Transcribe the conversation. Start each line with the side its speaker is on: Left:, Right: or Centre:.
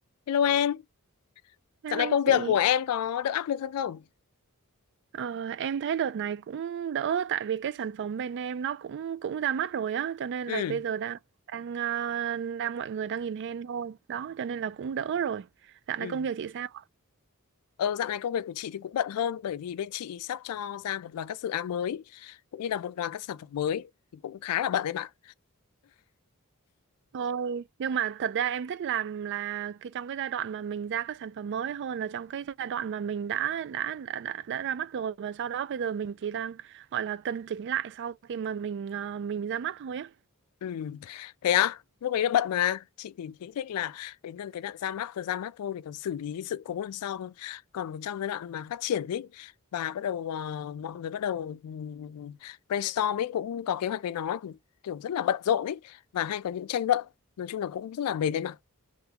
Left: Hello em,
Right: Hello
Left: dạo này công việc
Right: chị,
Left: của em có đỡ áp lực hơn không?
Right: ờ, em thấy đợt này cũng đỡ tại vì cái sản phẩm bên em nó cũng cũng ra mắt rồi á, cho nên
Left: Ừ,
Right: là bây giờ đang đang ờ, đang mọi người đang nhìn hen thôi, đó cho nên là cũng đỡ rồi. Dạo
Left: ừ.
Right: này công việc chị sao?
Left: Ờ, dạo này công việc của chị thì cũng bận hơn bởi vì bên chị sắp cho ra một loạt các dự án mới cũng như là một loạt các sản phẩm mới thì cũng khá là bận em ạ.
Right: Thôi, nhưng mà thật ra em thích làm là cái trong cái giai đoạn mà mình ra các sản phẩm mới hơn là trong cái giai đoạn mà mình đã đã đã đã, đã ra mắt rồi và sau đó bây giờ mình chỉ đang gọi là cân chỉnh lại sau khi mà mình ờ, mình ra mắt thôi á.
Left: Ừ. Thế á, lúc ấy là bận mà chị thì thích thích là đến gần cái đoạn ra mắt rồi ra mắt thôi thì còn xử lý sự cố lần sau thôi. Còn trong giai đoạn mà phát triển ấy và bắt đầu ờ, mọi người bắt đầu ừ, brainstorm ấy cũng có kế hoạch với nó thì kiểu rất là bận rộn ấy và hay có những tranh luận nói chung là cũng rất là mệt đấy